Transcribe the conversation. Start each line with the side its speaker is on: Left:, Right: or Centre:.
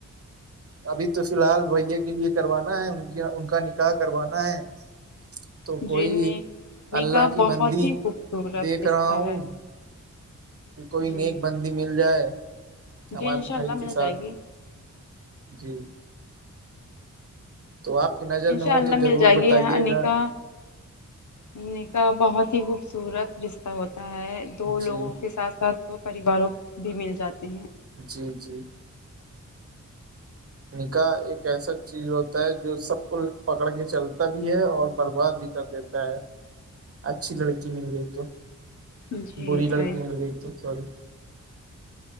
Right: ابھی تو فی الحال بھیا کے لیے کروانا ہے ان ان کا نکاح کروانا ہے تو
Left: جینی
Right: کوئی
Left: نکاح
Right: اللہ کی
Left: بہت
Right: بندی
Left: ہی خوبصورت
Right: دیکھ
Left: رشتہ
Right: رہا ہوں
Left: ہے
Right: کہ کوئی
Left: جی
Right: نیک بندی مل جائے ہمارے
Left: جی انشاء
Right: بھائی
Left: اللہ مل
Right: کے ساتھ
Left: جائے گی
Right: جی تو آپ کی نظر
Left: انشاء
Right: میں ہو
Left: اللہ
Right: تو ضرور
Left: مل جائے
Right: بتائیے
Left: گی انیکا
Right: گا
Left: ن کاا بہت ہی خوبصورت رشتہ ہوتا ہے دو لوگوں
Right: جی
Left: کے ساتھ ساتھ پریوالو بھی مل جاتے
Right: جی جی نکاح ایک ایسا چیز ہوتا ہے جو سب کو پکڑ کے چلتا بھی ہے اور برباد بھی کر دیتا اچھی لڑکی مل گئی تو
Left: جی
Right: بری لڑکی
Left: صحیح
Right: مل گئی تو <unintelligible>